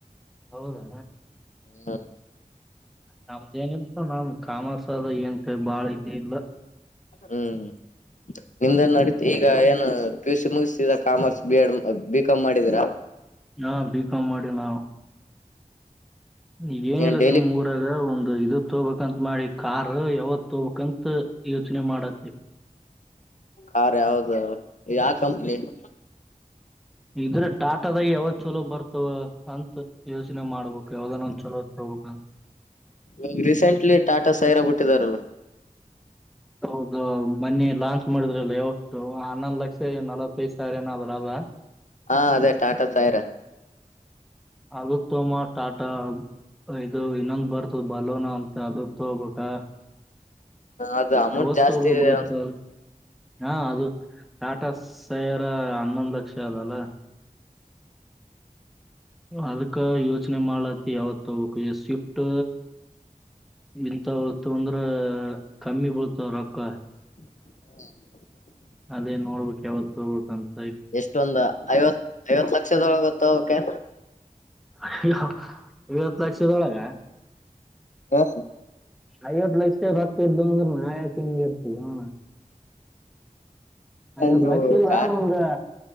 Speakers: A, in the centre; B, on the left (about 65°).
A: ಹೌದಾ
B: ಹ್ಮ್
A: ನಮ್ದ ಏನ ಇರ್ತೋ ನಮ ಕಾಮರ್ಸ್ ಆದ ಏಂತ ಬಾಳ ಇನ್ನು
B: ಹ್ಮ್ ನಿಂದ ನಡತ ಈಗ ಏನು ಪಿ ಯು ಸಿ ಮುಗಿಸತಿದ commerce B Ed B Com ಮಾಡಿದೀರಾ
A: ಹಾ ಬಿಕಾಮ್ ಮಾಡಿ ನಾವು ಈಗ ಏನಿಲ್ಲ
B: ಏನ್ ಡೈಲಿ
A: ಸುಮ್ ಊರಾಗ ಒಂದು ಇದಕ್ ತಗಬೇಕಕ್ಂತತ್ ಮಾಡಿ ಕಾರ್ ಯಾವತ್ ತೊಕ್ಂತ ಯೋಚನೆ ಮಾಡತ್ತತಿ
B: ಕಾರಖ ಹೌದು ಯಾ ಕಂಪ್ಲೇಟ್
A: ಇದ್ರ ಟಾಟದ ಯಾವತ್ತು ಚಲೋ ಬರ್ತಾವ ಅಂತ ಯೋಚನೆ ಮಾಡ್ಬೇಕಕ್ ಯಾವ್ದಾನ ಒಂದ ಚಲೋ ತಗಬೇಕ
B: ಇವಾಗ ರೀಸೆಂಟ್ಲಿ ಟಾಟಾ ಸೈರಾ ಬಿಟ್ಟಿದಾರಲ್ಲ
A: ಹೌದು ಮನ್ನಿ ಲಾಂಚ್ ಮಾಡಿದ್ರಲ್ಲ ಎಾವಷ್ಟು ಹನ್ನೊಂದ್ ಲಕ್ಷ ನಲ್ವತ್ತೈದು್ ಸಾವಿರ ಏನ ಅದಲ್ಲ ಅದ
B: ಹಾ ಅದೇ ಟಾಟಾ ತಾಯಿರ
A: ಅದ ತೋಮ್ಮ ಟಾಟಾ ಇದು ಇನ್ನೊಂದು ಬರ್ತದ ಬಲೋನಾ ಅಂತ ಅದ ತಬ ಹಾ
B: ಅದು ಅಮೌಂಟ್
A: ಯವತ್ತುಬ
B: ಜಾಸ್ತಿ ಇದೆ
A: ಗತ್ತ ಹಾ ಅದು ಟಾಟಾ ಸೈವರ ಹನ್ನೊಂದು ಲಕ್ಷ ಅದಲ್ಲ ಅದಕ್ಕ ಯೋಚನೆ ಮಾಡ್ ಯಾವತ್ ತಗಬೇಕು ಈ ಸ್ವಿಫ್ಟ್ ಇಂಂತವತ್ ಅಂದ್ರ ಕಮ್ಮಿ ಬಳ್ತಾವ್ರೊಕ್ಕ
B: ಹ್ಮ
A: ಅದೇ ನೋಡ್ಬೇಕಕ್ ಯಾವತ್ತು ತೋಗಬೇಕುಂತ
B: ಎಷ್ಟೊಂದ್ ಐವತ್ ಐವತ್ ಲಕ್ಷದೊಳಗತ್ತಕೆ
A: ಅಯ್ಯ ಇಐವತ್ತು ಲಕ್ಷದೊಳಗ
B: ಹಾ
A: ಐವತ್ತ ಲಕ್ಷ ರಕ್ಕ ಇದ್ದು ಅಂದ್ರ ನಾ ಯಾಕ್ ಹಿಂಗ್ ಇರ್ತವಿ ಅಣ್ಣಾ ಐವತ್
B: ನೀವು
A: ಲಕ್ಷ ಇಲ್ಲ
B: ಕಾರ್
A: ಒಂದ್